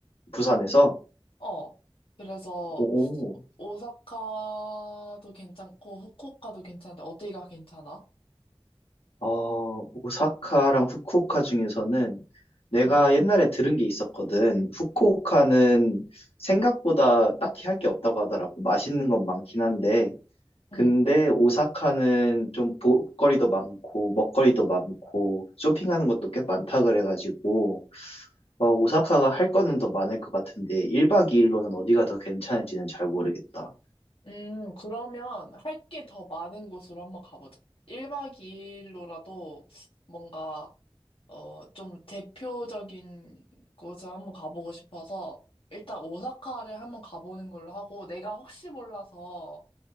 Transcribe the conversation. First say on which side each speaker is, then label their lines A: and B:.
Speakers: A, on the left; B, on the left.
A: 부산에서?
B: 어, 그래서
A: 오, 오.
B: 오사카도 괜찮고 후쿠오카도 괜찮은데 어디가 괜찮아?
A: 어, 오사카랑 후쿠오카 중에서는 내가
B: 응,
A: 옛날에 들은 게 있었거든. 후쿠오카는 생각보다 딱히 할 게 없다고 하더라고. 맛있는 건 많긴 한데. 근데
B: 응.
A: 오사카는 좀 볼거리도 많고, 먹거리도 많고, 쇼핑하는 것도 꽤 많다 그래가지고, 어, 오사카가 할 거는 더 많을 것 같은데, 1박 2일로는 어디가 더 괜찮을지는 잘 모르겠다.
B: 음, 그러면 할 게 더 많은 곳으로 한번 가보자. 1박 2일로라도 뭔가 어, 좀 대표적인 곳을 한번 가보고 싶어서 일단 오사카를 한번 가보는 걸로 하고 내가 혹시 몰라서